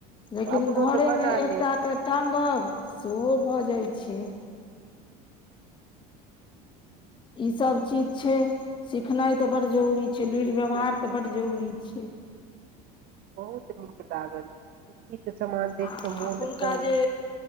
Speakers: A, on the left; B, on the right.
A: लेकिन
B: अपनो
A: घरेमे
B: तऽ बना
A: एकटा
B: लेब
A: के टांगब सेहो भऽ जाइ छै ई सब चीज छै सिखनाइ ते बड्ड जरूरी छै लुरि व्यवहार तऽ बड्ड जरूरी छै
B: बहुत नीक लागल सिक्की के समान देख
A: आ
B: कऽ मोन
A: एखुनका
B: एकदम
A: जे